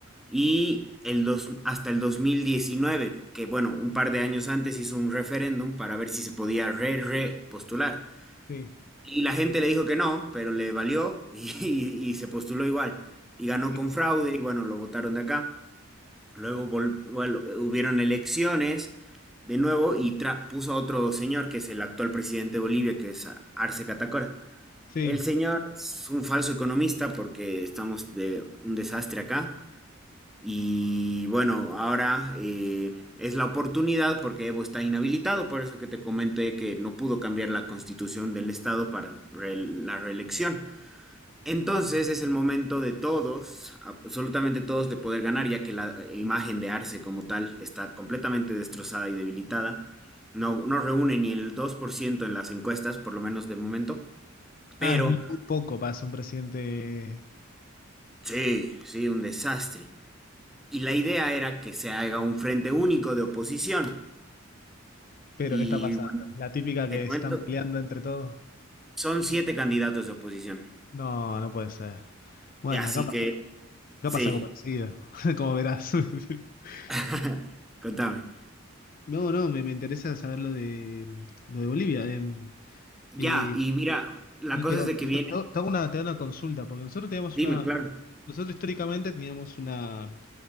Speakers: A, in the centre; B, on the left (about 45°).
A: y el dos, hasta el 2019, que bueno, un par de años antes hizo un referéndum para ver si se podía re, re postular.
B: Sí,
A: Y la gente le dijo que no, pero le valió y, <laughs> y- se postuló igual. Y ganó
B: sí.
A: con fraude y bueno, lo votaron de acá. Luego vol- bueno, hubieron elecciones de nuevo y tra- puso a otro señor que es el actual presidente de Bolivia, que es a- Arce Catacora.
B: sí.
A: El señor es un falso economista porque estamos de un desastre acá. Y bueno, ahora eh, es la oportunidad porque Evo está inhabilitado, por eso que te comenté que no pudo cambiar la constitución del estado para re- la reelección. Entonces es el momento de todos, absolutamente todos, de poder ganar, ya que la imagen de Arce como tal está completamente destrozada y debilitada. No, no reúne ni el 2% en las encuestas, por lo menos de momento.
B: Ah,
A: Pero
B: es muy poco para ser un presidente.
A: sí, sí, un desastre. Y la idea era que se haga un frente único de oposición
B: Pero,
A: Y
B: ¿qué está pasando?
A: bueno,
B: La típica que
A: te comento,
B: se están peleando entre todos.
A: son siete candidatos de oposición.
B: No, no puede ser. Bueno,
A: Así
B: acá pasa,
A: que
B: acá
A: sí,
B: pasa algo parecido, <laughs> como verás. <laughs>
A: <laughs> contame.
B: No, no, me, me interesa saber lo de, mm, lo de Bolivia. em,
A: Ya,
B: eh,
A: y mira, la
B: y,
A: cosa
B: pero
A: es de que
B: eh,
A: viene,
B: te, te hago te hago una, te hago una consulta, porque nosotros teníamos
A: dime,
B: una,
A: claro,
B: nosotros históricamente teníamos una,